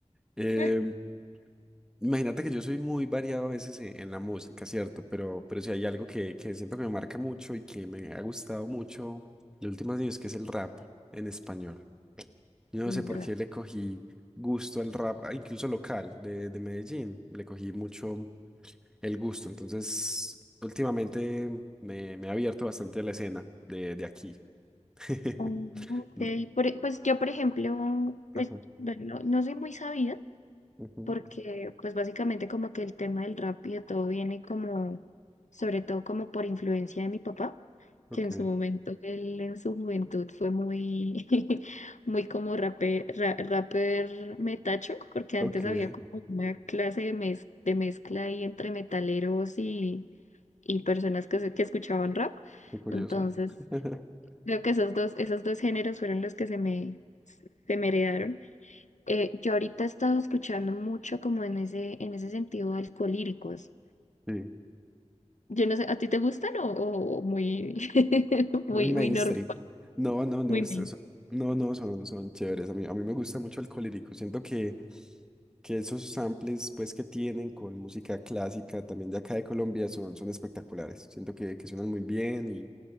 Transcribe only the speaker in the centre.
Em,
imagínate que yo soy muy variado a veces en, en la música, ¿cierto? Pero, pero si hay algo que, que siento que me marca mucho y que me ha gustado mucho los últimos años, que es el rap en español. Yo no
sé por qué le cogí gusto al rap, ah, incluso local, de, de Medellín. Le cogí mucho. el gusto. Entonces, últimamente me, me he abierto bastante a la escena de, de aquí. <laughs>
Mm,
Ajá,
ujú,
ok,
ok,
qué
curioso.
<laughs>
Sí,
muy
mainstream.
No, no, no,
es-
es- no, no, son, son chéveres. A mí, a mí me gusta mucho el colírico. Siento que, que esos samples pues, que tienen con música clásica también de acá de Colombia son, son espectaculares. Siento que, que suenan muy bien